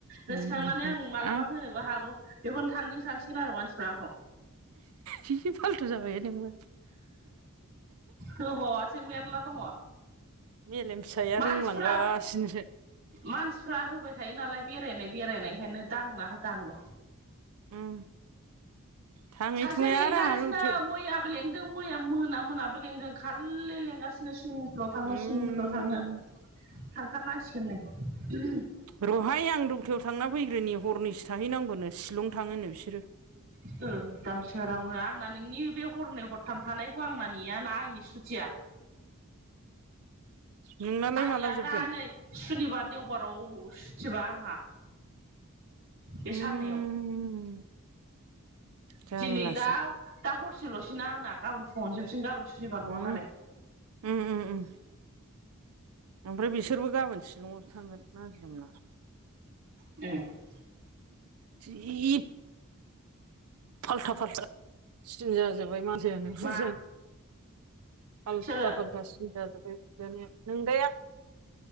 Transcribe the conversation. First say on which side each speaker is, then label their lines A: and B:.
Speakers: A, on the right (about 60°); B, on the right (about 80°).
A: गोसोखांनानै
B: होनाखै
A: आं मालाबा
B: आ
A: होनोबो हागौ बेखौनो थांदों सानसिगोन आरो मानसिफ्रा आंखौ
B: जि फालथु जाबाय नोंबो
A: होबाववासो मेरला दङ
B: मेलेम फिसाया
A: मानसिफ्राबो
B: रोंलांगासिनोसो
A: मानसिफ्रा होबाय थायो नालाय बेरायनाय बेरायनायखायनो दांना होदांबो
B: उम थाङै
A: सासे
B: थुङै
A: लिंगासिनो
B: आरो आंहा रौथो
A: मैया बो लेंदों मैया मोना मोनाबो लिदों खालि लेंगासिनो सुइमिं फुलाव थांनो
B: उम
A: सुइमिं फुलाव थांनो थांथारनांसिगोननो
B: र'हाय, आं रौथायाव थांना फैग्रोनि, हनैसो थाहैनांगौनो शिलं थाङोनो बिसोरो,
A: <unintelligible> दाउ सोरावनो आंना नोंनि बे हरनै हरथाम थानायखौ आंना नेयाना आंनि सुथिया,
B: नोंनालाय
A: आंनिया
B: माला जोबगोन
A: दा नै सुनिबार देवबाराव सुथिबा आंहा बे
B: उम
A: साननैयाव
B: जारलासो
A: दिनै दा दा हरसेल'सैना आंना गाबोन फुंड़ावनो जोबसगन गाबोन सुनिबार नङा
B: उम
A: दालाय
B: उम उम उम ओमफ्राय बिसोरबो गाबोन शिलंआवसो थांगोन नाजिराम
A: उ <unintelligible>
B: जि फाल्था फाल्था सिन जाजोब्बाय मानसियानो बुजानो
A: मा
B: आल्था
A: सोरो
B: फाल्था सिन जाजोब्बाय बिुजानाया नोंदाया